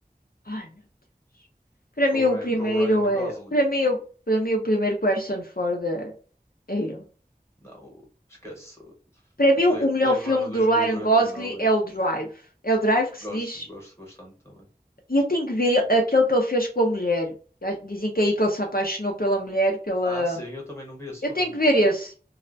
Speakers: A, on the left; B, on the left.
A: Ai, meu Deus. Para
B: com
A: mim
B: o
A: o
B: Ryan,
A: primeiro
B: com o Ryan
A: é...
B: Gosling.
A: Para mim, o- para mim o primeiro que o Harrison Ford é, é ele.
B: Não, o- esquece.
A: Para mim,
B: O Blade,
A: o melhor
B: Blade
A: filme
B: Runner
A: do
B: 2049,
A: Ryan Gosling é
B: em
A: o Drive.
B: que
A: É o Drive que
B: gosto,
A: se diz.
B: gosto bastante também.
A: E eu tenho que ver aquele que ele fez com a mulher. Já Dizem que é aí que ele se apaixonou pela mulher, pela.
B: Ah, sim, eu também não vi esse
A: Eu
B: filme
A: tenho
B: ainda.
A: que ver esse.